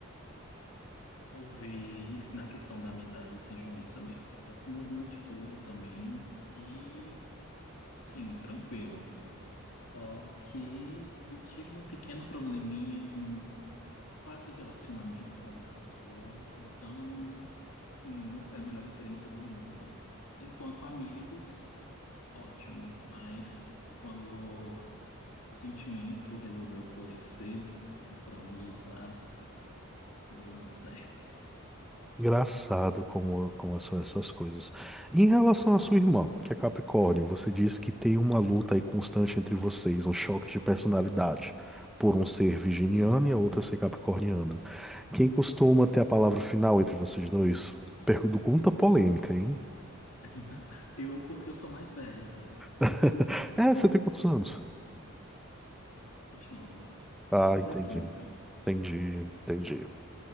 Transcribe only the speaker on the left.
Talvez na questão da amizade sejam excelentes, até porque meu irmão é de touro também e, assim, tranquilo. Só que eu tive um pequeno probleminha em um quase relacionamento com uma pessoa, então, assim, não foi a melhor experiência do mundo. Enquanto amigos, ótimo, mas quando o sentimento resolveu florescer, né, para ambos os lados, não deu muito certo.
<laughs> Eu, porque eu sou mais velho.
vinte e nove
Vou fazer
trinta